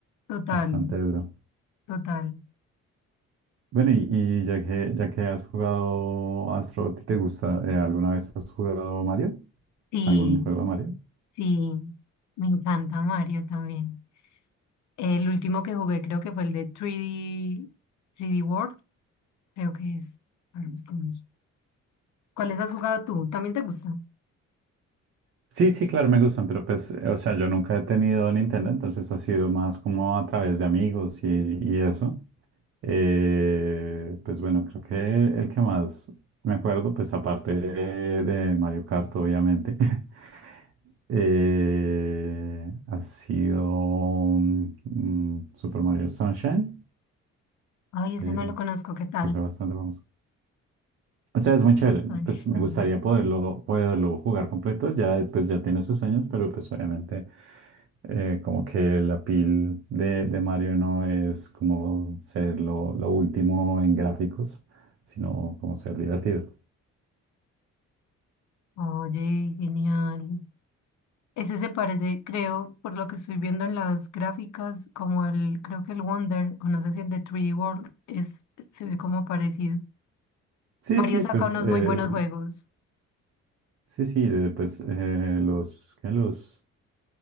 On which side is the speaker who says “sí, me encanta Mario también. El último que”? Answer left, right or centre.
Left